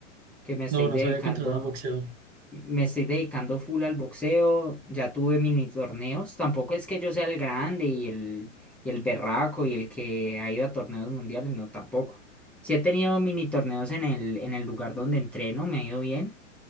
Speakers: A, in the centre; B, on the right.
A: que me estoy
B: No, no
A: dedicando
B: sabía que entrenaba boxeo.
A: me estoy dedicando full al boxeo, ya tuve mini torneos, tampoco es que yo sea el grande y el, y el berraco y el que ha ido a torneos mundiales, no, tampoco. Sí he tenido mini torneos en el, en el lugar donde entreno, me ha ido bien,